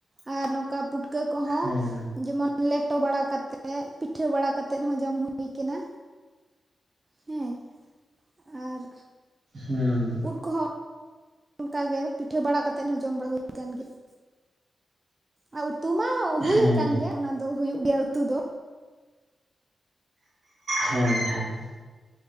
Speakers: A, on the right; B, on the right.
A: ᱟᱨ ᱱᱚᱝᱠᱟ ᱯᱩᱴᱠᱟᱹ ᱠᱚᱦᱚᱸ
B: ᱦᱮᱸ
A: ᱡᱮᱢᱚᱱ ᱞᱮᱴᱚ ᱵᱟᱲᱟ ᱠᱟᱛᱮᱜ ᱯᱤᱴᱷᱟᱹ ᱵᱟᱲᱟ ᱠᱟᱛ ᱛᱮᱫ ᱦᱚᱸ ᱡᱚᱢ ᱦᱩᱭ ᱠᱟᱱᱟ ᱦᱮᱸ ᱟᱨ᱾
B: ᱦᱩᱸ᱾
A: ᱩᱫ ᱠᱚ ᱦᱚᱸ ᱚᱱᱠᱟ ᱜᱮ ᱯᱤᱴᱷᱟᱹ ᱵᱟᱲᱟ ᱠᱟᱛᱮᱫ ᱦᱚᱸ ᱡᱚᱢ ᱵᱟᱲᱟ ᱦᱩᱭ ᱠᱟᱱ ᱜᱮᱭᱟ᱾ ᱟᱨ ᱩᱛᱩ ᱢᱟ ᱦᱩᱭ
B: ᱦᱮᱸ
A: ᱟᱠᱟᱱ ᱜᱮᱭᱟ ᱚᱱᱟ ᱫᱚ ᱦᱩᱭᱩᱜ ᱜᱮᱭᱟ ᱩᱛᱩ ᱫᱚ᱾
B: ᱦᱮᱸ ᱦᱮᱸ᱾